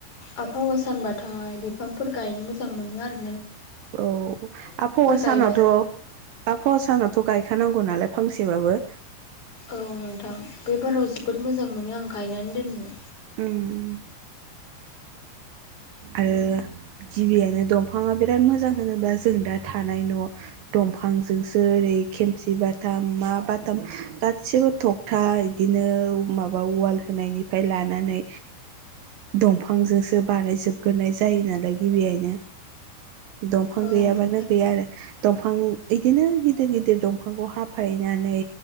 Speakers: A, on the left; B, on the right.
A: आबहावा सानबाथाय बिफांफोर गायनो मोजां मोनो आरो।
B: औ आबहावा
A: गायबा
B: सानावथ' आबहावा सानावथ' गायखानां गौ नालाय फांसेबाबो।
A: औ नोंथां बे बाराव जोबोद मोजां मोनो आं गायनानै दोननो।
B: उम आरो गिबियानो दंफाङा बिराद मोजां होनोब्ला जों दा थानाय न' दंफांजोंसो ओरै खेमसि बाथम मा बाथाम गासैबो थगथा इदिनो माबा होनायनिफ्राय लानानै दंफांजोंसो बानायजोबग्रोनाय जायो नालाय गिबियैनो दंफां
A: औ
B: गैयाबानो
A: नोंथां
B: गैया आरो। दंफां बिदिनो गिदिर गिदिर दंफांखौ हाफायनानै